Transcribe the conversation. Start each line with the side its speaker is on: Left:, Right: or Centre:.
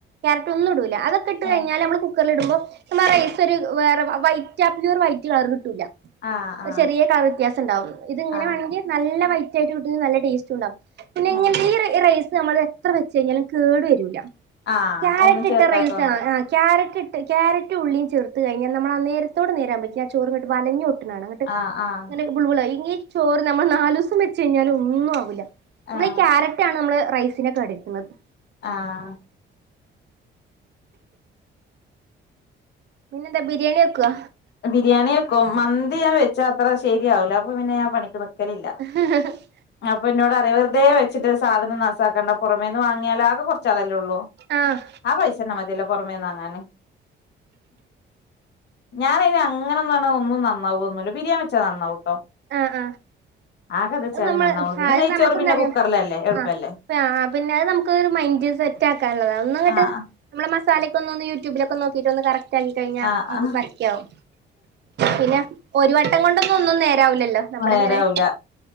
Right: കാരറ്റ് ഒന്നുടൂല അതൊക്കെ ഇട്ട്
Left: ഏഹ്
Right: കഴിഞ്ഞാല് നമ്മള് കു ക്കെ ഇടുമ്പോ നമ്മ റൈസ് ഒരു വേറെ വൈറ്റ് ആ പ്യൂർ വൈറ്റ് കളർ കിട്ടൂല്ല
Left: ആഹ് ആഹ്
Right: ചെറിയ കളർ വ്യത്യാസണ്ടാവും ഇത് ഇങ്ങനെ
Left: ആഹ്
Right: വേണങ്കി നല്ല വൈറ്റായിട്ട് കിട്ടോങ്കി നല്ല ടേസ്റ്റ് ഉണ്ടാവും പിന്നെ ഇങ്ങനത്തെ
Left: ഏഹ്
Right: ഈ റൈസ് നമ്മള് എത്ര വെച്ച് കഴിഞ്ഞാലും കേടു വരൂല്യ
Left: ആഹ്
Right: ക്യാരറ്റ്
Left: ഒന്നും ചേർക്കാത്തോണ്ട്
Right: ഇട്ട റൈസ് ആണ് ക്യാരറ്റ് ക്യാരറ്റ് ഉള്ളിയും ചേർത്ത് കഴിഞ്ഞാ നമ്മളാ നേരത്തോട് നേരാവുമ്പോക്ക്‌ ആ ചോറിങ്ങട്ട് വലഞ്ഞൊട്ട്ണ കാണാം
Left: ആഹ് ആഹ്
Right: ബുള് ബുളായി ഇങ്ങനെ ചോറ് നമ്മള് നാലൂസം വെച്ച് കഴിഞ്ഞാല് ഒന്നും ആവൂല്ല നമ്മളീ
Left: ആഹ്
Right: ക്യാരറ്റാണ് നമ്മള് റൈസിനെക്കെ വേണ്ടി എടുക്കുന്നത്
Left: ആഹ്
Right: പിന്നെന്താ ബിരിയാണി വെക്കോ
Left: ബിരിയാണി വെക്കും മന്തി ഞാൻ വെച്ചാ അത്ര ശരിയാവുല അപ്പൊ പിന്നെ ആ പണിക്ക് നിൽക്കലില്ല
Right: <unintelligible>
Left: അപ്പൊ ഇന്നോട് പറയും വറുതെ വെച്ചിട്ട് സാധനം നാസാക്കണ്ട പുറമേന്ന് വാങ്ങിയാല ആകെ കുറ ചാളല്ലേയുള്ളൂ
Right: ആഹ്
Left: ആ പൈസെന്ന മതിയല്ലോ പുറമേന്ന് വാങ്ങാൻ ഞാന അയിന് അങ്ങനൊന്നും പറഞ്ഞ ഒന്നും നന്നാവൊന്നുല്ല ബിരിയാണി വച്ചാ നന്നാവൂട്ടോ
Right: ആഹ് ആഹ്
Left: ആകെ അത് വെച്ചാല്
Right: നമ്മള്
Left: നന്നാവു പിന്നെ
Right: ആ അത്
Left: നെയ്ച്ചോറ്
Right: നമുക്കെന്തറിയാം
Left: പിന്നെ കുക്കറിലല്ലേ എളുപ്പല്ലേ
Right: ആഹ് ആ പിന്നെ അയ് നമുക്ക് ഒരു മൈൻഡ് സെറ്റാക്കാനുള്ളതാ ഒന്നങ്ങട്ട്
Left: ആഹ്
Right: നമ്മളെ മാസലൊക്കെ ഒന്നൊന്ന് യൂട്യൂബിലൊക്കെ നോക്കീറ്റൊന്ന് കറക്റ്റ് ണ്ടാക്കി കയിഞ്ഞ
Left: ആഹ് ആഹ്
Right: പക്കാവും പിന്നെ ഒരു വട്ടം കൊണ്ടൊന്നും ഒന്നും നേരാവുല്ലല്ലോ നമ്മളിങ്ങനെ
Left: നേരാവൂല